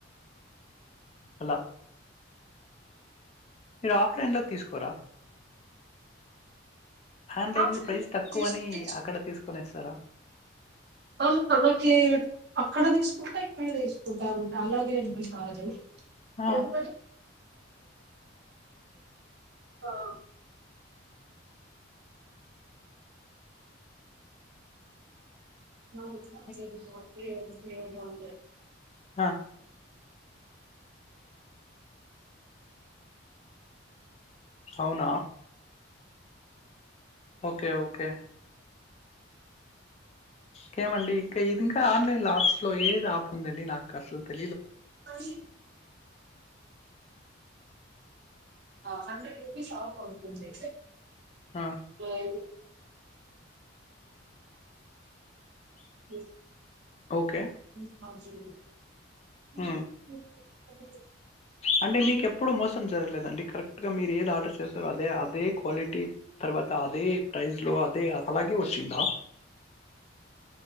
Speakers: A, on the left; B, on the right.
A: అలా మీరు ఆఫ్లైన్ లో తీసుకోరా ఆన్లైన్
B: ఆఫ్లైన్
A: లో ప్రైస్ తక్కువ
B: తీసు
A: అని అక్కడ తీసుకు కొనేస్తారా
B: ఆ మనకి అక్కడ తీసుకుంటే ఇక్కడ తీసుకుంటామండి అలాగేండి కాజు
A: ఆ!
B: ఎందు ఆహ్, <inaudible>
A: ఓకే. ఆ! అవునా? ఓకే ఓకే కేమండి ఇంకా ఇది ఇంకా ఆన్లైన్ లలాప్స్ లో ఏది ఆప్ ఉందండి నాకు అసలు తె
B: <unintelligible> హండ్రెడ్ రపీస్ంది
A: ఆ!
B: ఇ <unintelligible> <unintelligible>
A: ఓకే
B: <unintelligible> అజీవలో
A: ఆ అంటే మీకెప్పు ఇప్పుడు మోసం జరగలేదండి కరెక్ట్గా మీరు ఏది ఆర్డర్ చేశారో అదే అదే క్వాలిటీ తర్వాత అదే ప్రైస్లో అదే అలాగే వచ్చిందా